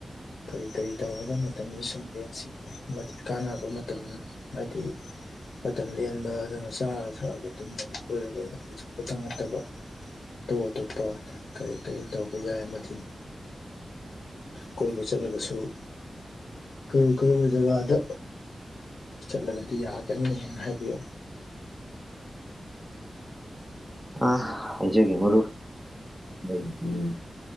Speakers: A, on the left (about 80°); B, in the centre.
A: ꯀꯔꯤ ꯀꯔꯤ ꯇꯧꯔꯒ ꯃꯇꯝꯗ ꯁꯨꯝ ꯂꯦꯟꯁꯤꯒꯦ ꯑꯃꯗꯤ ꯀꯥꯟꯅꯕ ꯃꯇꯝ ꯍꯥꯏꯗꯤ ꯃꯇꯝ ꯂꯦꯟꯕ ꯑꯗꯨꯅ ꯆꯥꯔ ꯊꯛꯑꯒ ꯇꯨꯝꯃꯒ ꯀꯣꯏꯔꯒ ꯁꯣꯛꯄꯇ ꯅꯠꯇꯕ ꯑꯇꯣꯞ ꯑꯇꯣꯞꯄ ꯀꯔꯤ ꯀꯔꯤ ꯇꯧꯕ ꯌꯥꯏ ꯑꯃꯗꯤꯅꯤ ꯀꯣꯏꯕꯨ ꯆꯠꯂꯁꯨꯨ ꯀꯔ ꯀꯔ ꯎꯖꯒꯥꯗ ꯆꯠꯂꯒꯗꯤ ꯌꯥꯒꯅꯤ ꯍꯥꯏꯅ ꯍꯥꯏꯕꯤꯌꯨ
B: ꯑ ꯍꯥꯏꯖꯒꯦ ꯃ ꯎꯝ